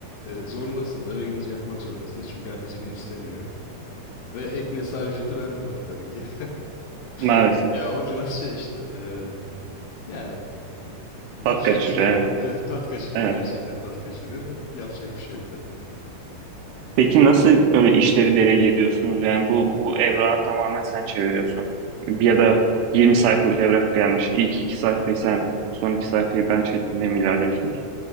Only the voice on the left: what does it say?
Ee, zorundasınız. Eve gidince yapmak zorundasınız. Çünkü ertesi gün isteniyor. Ve ek mesai ücreti vermiyorlar tabii ki.
<laughs> Ya o biraz şey işte. e, yani yapacak
bir şey yok.
Evet, tat kaçırıyor.
Gerçekten tat kaçırıyor da yapacak bir şey yok tabii.
Hı hı.